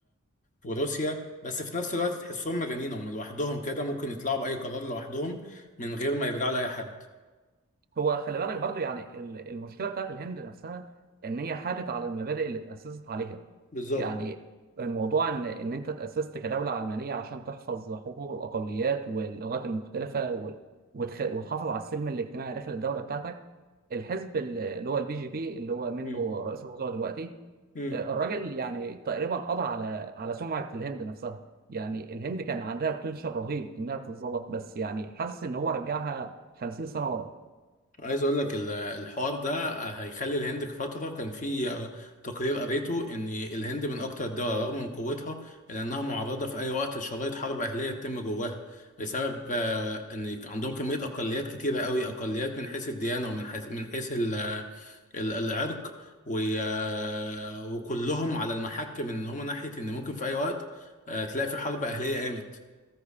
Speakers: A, on the left; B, on the right.
A: وروسيا بس في نفس الوقت تحسهم مجانين هم لوحدهم كده ممكن يطلعوا باي قرار لوحدهم من غير ما يرجعوا لاي حد
B: هو خلي بالك برضو يعني ال- المشكله بتاعت الهند نفسها ان هي حادت على المبادئ اللي اتاسست عليها
A: بالظبط
B: يعني الموضوع ان ان انت اتاسست كدوله علمانيه عشان تحفظ حقوق الاقليات واللغات المختلفه و- وتخ- وتحافظ على السلم الاجتماعي داخل الدوله بتاعتك الحزب ال- اللي هو البي جي بي اللي هو منه
A: مم.
B: رئيس الوزراء دلوقتي
A: مم.
B: آه، الراجل يعني تقريبا قضى على على سمعه الهند نفسها يعني الهند كان عندها بوتنشال رهيب انها تتظبط بس يعني حاسس ان هو رجعها 50 سنه ورا
A: عايز اقول لك ال- الحوار ده هيخلي الهند في فتره كان في آه، تقرير قريته ان الهند من اكتر الدول رغم من قوتها الا انها معرضه في اي وقت لشرائط حرب اهليه تتم جواها بسبب آه، ان عندهم كميه اقليات كتيره قوي اقليات من حيث الديانه ومن حيث من حيث ال- ال- العرق و- آه، وكلهم على المحك من ان هم ناحيه ان ممكن في اي وقت آه، تلاقي في حرب اهليه قامت